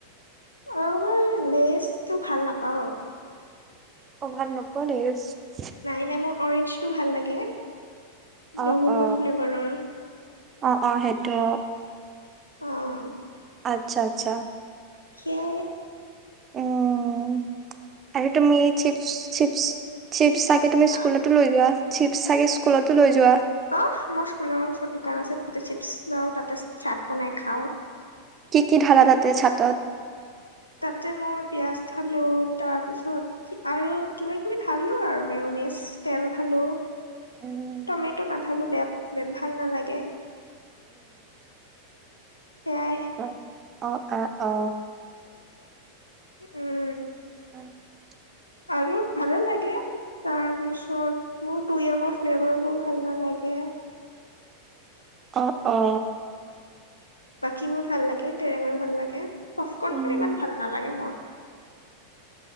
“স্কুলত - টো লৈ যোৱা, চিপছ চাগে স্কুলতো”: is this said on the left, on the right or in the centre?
Right